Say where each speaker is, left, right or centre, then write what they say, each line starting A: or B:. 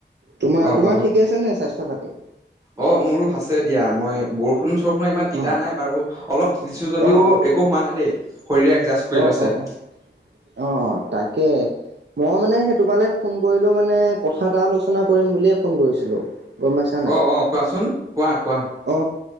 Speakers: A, on the right; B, on the right.
A: তোমাৰ,
B: অ
A: তোমাৰ
B: অ
A: ঠিক আছে নে স্বাস্থ্য-পাতি?
B: অ', মোৰো আছে দিয়া। মই বৰষুণ-চৰষুণত ইমান তিতা
A: অঁ
B: নাই বাৰু অলপ দিছো যদিও
A: অঁ অঁ
B: একো হোৱা নাই দেই, শৰীৰে একজাষ্ট কৰি
A: অঁ
B: লৈছে।
A: অঁ অঁ অ', তাকেই। মই মানে সেই তোমালে ফোন কৰিলো মানে কথা এটা আলোচনা কৰিম বুলিয়ে ফোন কৰিছিলো। গম পাইছা নাই?
B: অ', অ', কোৱাচোন কোৱা, কোৱা?
A: অ,